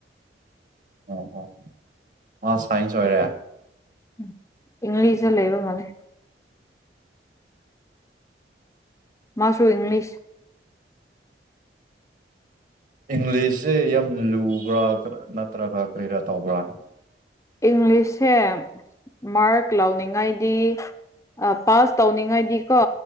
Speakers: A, on the right; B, on the left.
A: ꯑꯣ ꯑꯣ ꯃꯥ ꯁꯥꯏꯟꯁ ꯑꯣꯏꯔꯦ
B: ꯎꯝ ꯏꯪꯂꯤꯁꯇ ꯂꯩꯕ ꯃꯥꯜꯂꯦ ꯃꯥꯁꯨ ꯏꯪꯂꯤꯁ
A: ꯏꯪꯂꯤꯁꯁꯦ ꯌꯥꯝ ꯂꯨꯕ꯭ꯔꯥ ꯅꯠꯇ꯭ꯔꯒ ꯀꯔꯤꯔꯥ ꯇꯧꯕ꯭ꯔꯥ
B: ꯏꯪꯂꯤꯁꯁꯦ ꯃ꯭ꯔꯥꯛ ꯂꯥꯎꯅꯤꯡꯉꯥꯏꯗꯤ ꯑ ꯄꯥꯁ ꯇꯧꯅꯤꯡꯉꯥꯏꯗꯤꯀꯣ